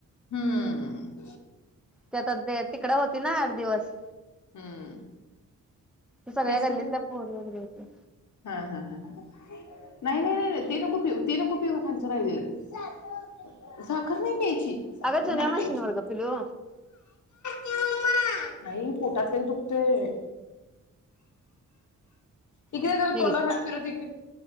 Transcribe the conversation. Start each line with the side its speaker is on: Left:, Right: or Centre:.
Left: हम्म.
Centre: त्यात आता ते कड होती ना आठ दिवस.
Left: हम्म.
Centre: सगळ्या
Left: गॅस
Centre: गल्लीतल्या
Left: <unintelligible>
Centre: पोरी वगैरे होत्या
Left: हा हा ह नाही नाही नाही नाही ते नको पिऊ, ते नको पिऊ खालच राहिलेलं. <unintelligible> साखर नाही प्यायची साखर
Centre: अगं जुन्या
Left: नाय
Centre: मशीनवर
Left: प्यायची
Centre: ग पिलू
Left: <inaudible> नाही पोटात लइ दुखतय. इकडे ये जरा
Centre: हे
Left: तोंडावर
Centre: घे
Left: हात फिरवते इकडे ये.